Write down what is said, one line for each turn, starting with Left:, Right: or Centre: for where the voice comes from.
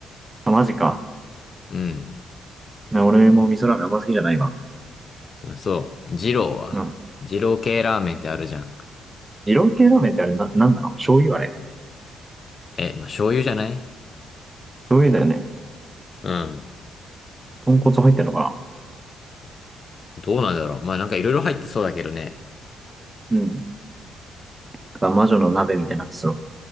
Right: あ、マジか。
Left: うん。
Right: な俺も味噌ラーメンあんま好きじゃないわ。
Left: そう。二郎は。
Right: うん。
Left: 二郎系ラーメンってあるじゃん。
Right: 二郎系ラーメンってあれな、なんなの醤油あれ。
Left: え、まあ醤油じゃない
Right: 醤油だよね。
Left: うん。
Right: 豚骨入ってんのかな
Left: どうなんだろう。まあなんかいろいろ入ってそうだけどね。
Right: うん。だから魔女の鍋みたいになってそう。